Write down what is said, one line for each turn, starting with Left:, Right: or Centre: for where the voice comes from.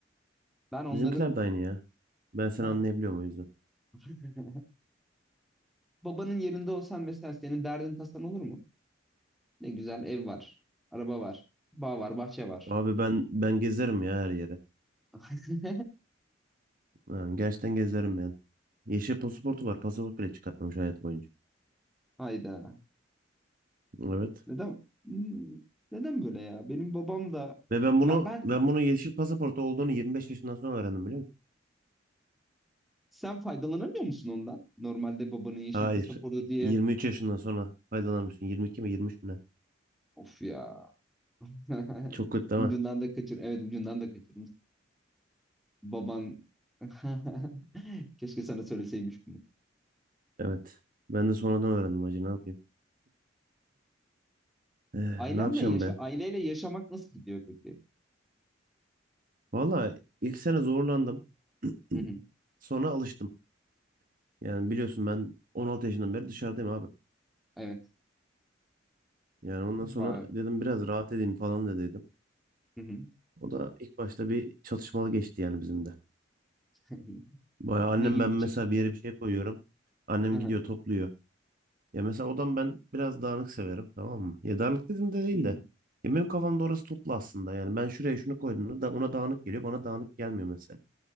Centre: Ben onların
Right: Bizimkiler de aynı ya. Ben seni
Centre: ha.
Right: anlayabiliyorum o yüzden.
Centre: <laughs> babanın yerinde olsan mesela senin derdin tasan olur mu? Ne güzel ev var, araba var, bağ var, bahçe var.
Right: Abi ben ben gezerim ya her yere.
Centre: <laughs>
Right: Yani gerçekten gezerim yani. Yeşil pasaportu var. Pasaport bile çıkartmamış hayatı boyunca.
Centre: Hayda.
Right: Evet.
Centre: Neden Hmm, neden böyle ya? Benim babam da
Right: Ve ben bunu
Centre: ben ben
Right: ben bunu yeşil pasaportu olduğunu 25 yaşından sonra öğrendim biliyor musun?
Centre: sen faydalanamıyor musun ondan? Normalde babanın yeşil
Right: Hayır.
Centre: pasaportu diye.
Right: 23 yaşından sonra faydalanmışsın. 22 mi 23 mü
Centre: Of ya. <laughs>
Right: ne? Çok kötü değil
Centre: Ucundan
Right: mi?
Centre: da kaçır. Evet ucundan da kaçırmış. Baban <laughs> keşke sana söyleseymiş bunu.
Right: Evet. Ben de sonradan öğrendim hacı ne yapayım. Eh,
Centre: Ailenle
Right: ne yapacağım
Centre: yaşa
Right: be?
Centre: aileyle yaşamak nasıl gidiyor peki?
Right: Valla ilk sene zorlandım. <clears throat>
Centre: Hı hı.
Right: Sonra alıştım. Yani biliyorsun ben 16 yaşından beri dışarıdayım abi.
Centre: Evet.
Right: Yani ondan
Centre: Bayağı.
Right: sonra dedim biraz rahat edeyim falan da dedim.
Centre: Hı hı.
Right: O da ilk başta bir çatışmalı geçti yani bizim de.
Centre: <laughs>
Right: Baya annem
Centre: Ne gibi
Right: ben
Centre: bir
Right: mesela
Centre: çatışma?
Right: bir yere bir şey koyuyorum. Annem
Centre: Hı hı.
Right: gidiyor topluyor. Ya mesela odam ben biraz dağınık severim tamam mı? Ya dağınık dedim de değil
Centre: Hı hı.
Right: de. Ya benim kafamda orası toplu aslında. Yani ben şuraya şunu koyduğumda da ona dağınık geliyor. Bana dağınık gelmiyor mesela.